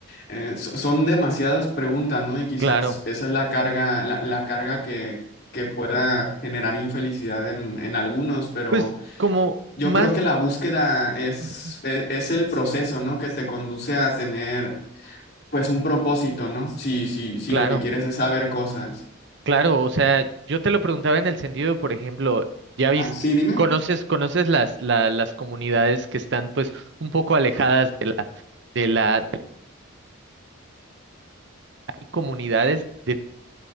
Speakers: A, on the left; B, on the right.
A: eh, so- son demasiadas preguntas, ¿no? Y quizás
B: Claro.
A: esa es la carga, la, la carga que, que pueda generar infelicidad en, en algunos, pero
B: Pues como
A: yo
B: más...
A: creo que la búsqueda es,
B: ujú,
A: e- es, el proceso, ¿no? Que te conduce a tener, pues, un propósito, ¿no? Si, si, si
B: Claro.
A: lo que quieres es saber cosas.
B: Claro, o sea, yo te lo preguntaba en el sentido, por ejemplo, ya viste,
A: Ah, sí, dime.
B: conoces, conoces las, la- las comunidades que están pues un poco alejadas de la, de la, de las comunidades de,